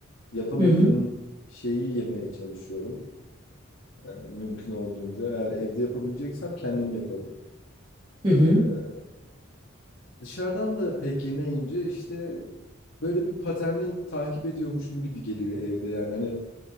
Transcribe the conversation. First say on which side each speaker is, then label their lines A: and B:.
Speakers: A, on the left; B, on the right.
A: Yapamadığım
B: Hı hı.
A: şeyi yemeye çalışıyorum. Ee, mümkün olduğunca. Eğer evde yapabileceksem kendim yaparım.
B: Hı hı,
A: Ee, dışarıdan da pek yemeyince işte böyle bir paterni takip ediyormuşum gibi geliyor evde. Yani hani